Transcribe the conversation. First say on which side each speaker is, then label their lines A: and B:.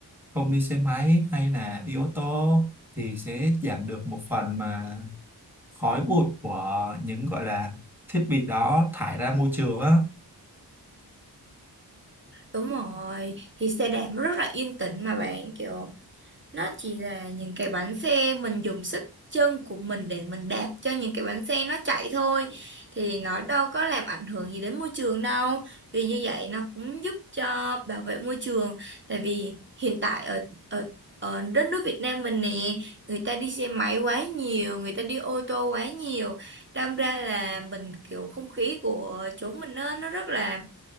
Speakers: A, in the centre; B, on the right (about 30°).
A: không đi xe máy hay là đi ô tô thì sẽ giảm được một phần mà khói bụi của những gọi là thiết bị đó thải ra môi trường á
B: đúng rồi thì xe đạp nó rất là yên tĩnh mà bạn kiểu nó chỉ là những cái bánh xe mình dùng sức chân của mình để mình đạp cho những cái bánh xe nó chạy thôi thì nó đâu có làm ảnh hưởng gì đến môi trường đâu vì như vậy nó cũng giúp cho bảo vệ môi trường tại vì hiện tại ở ở ở đất nước Việt Nam mình nè người ta đi xe máy quá nhiều người ta đi ô tô quá nhiều đâm ra là mình kiểu không khí của chỗ mình nó nó rất là